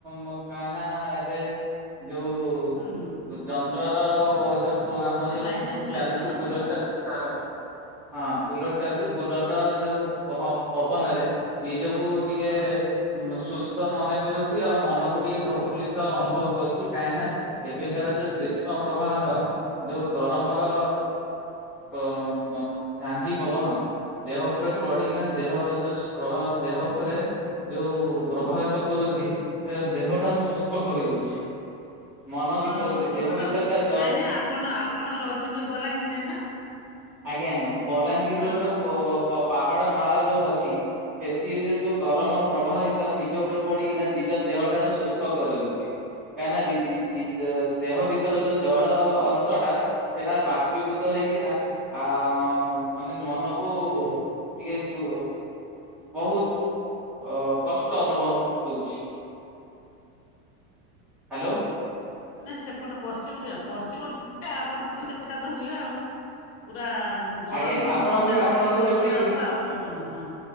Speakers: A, in the centre; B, on the left.
A: ମୋ କାହିଁ ନା ଏବେ ଯୋଉ
B: ହୁଁ ହୁଁ
A: ଯନ୍ତ୍ର ର ଯୋଉ ଆମ
B: ଏ
A: ଯୋଉ
B: ଲାଇନ୍ ଆସିଲାଣି
A: ଚାଲୁଚି
B: ତ ହୁଁ
A: କୁଲର ଚାଲୁଚି ତାର ହଁ କୁଲର ଚାଲିଚି।
B: ହୁଁ
A: କୁଲର ର ଯୋଉ ହଁ ପବନରେ ନିଜକୁ ଟିକେ
B: ହଁ
A: ସୁସ୍ଥ ମନେ କରୁଚି ଆଉ ମନକୁ ଟିକେ ପ୍ରଫୁଲ୍ଲିତ ଅନୁଭବ କରୁଚି। କାହିଁକିନା ଏବେକାର ଯୋଉ ଗ୍ରୀଷ୍ମ ପ୍ରବାହର ଯୋଉ ଗରମର ଝାଞ୍ଜି ପବନ ଦେହ ଉପରେ
B: ହୁଁ
A: ପଡିକିନା
B: ହୁଁ
A: ଦେହ ଯଉ ପ୍ରଭା ଦେହ ଉପରେ ଯୋଉ ପ୍ରଭାବିତ କରୁଛି। ଏ ଦେହଟା ଆଉ ଶୁଷ୍କ କରିଦଉଛି। ମନ
B: ହଁ
A: ଭିତ
B: ସେପଟ
A: ଦେହ ଭିତରଟା ଜ
B: ନାଇଁ ନାଇଁ ଆପଣ ଆପଣ ରହିଛନ୍ତି ବଲାଙ୍ଗୀରରେ ନା।
A: ଆଜ୍ଞା ଆଜ୍ଞା ବଲାଙ୍ଗୀରର
B: ହଁ
A: ଯୋଉ ପୋ ପାହାଡ ମାଳ ଯୋଉ ଅଛି ସେଥିରେ ଯୋଉ ଗରମର ପ୍ରବାହ ହେଇ ତ ନିଜ ଉପରେ ପଡିକିନା ନିଜ ଦେହ ଠାରୁ ଶୁଷ୍କ କରେଇଦଉଛି କାହିଁକିନା ଦେହ ଭିତରେ ତ ଜଳ ଅଂଶ ଟା ସେଟା ବାଷ୍ପୀଭୂତ ହେଇକି ନା ଆ ମାନେ ମନକୁ ଟିକେ ତୁ ବହୁତ୍ ଅ କଷ୍ଟ ଅନୁଭବ ଦଉଛି ହ୍ୟାଲୋ।
B: ନାଇଁ ସେପଟ ପଶ୍ଚିମ ଓରିଆ ପଶ୍ଚିମ ଓଡ଼ିଶା ଆପଣଙ୍କର ସେଇଟା ତ ହୁଏ ଆଉ। ପୁରା ଗରମ
A: ଆଜ୍ଞା ଆଜ୍ଞା
B: ପବନ
A: ଆପଣଙ୍କର
B: ଟା
A: ଆପଣଙ୍କ
B: ଝାଞ୍ଜି ପବନ
A: ସେପଟେ
B: ଟା
A: ଗ୍ରୀ
B: ହବ ଆଉ ପବନ ହଁ।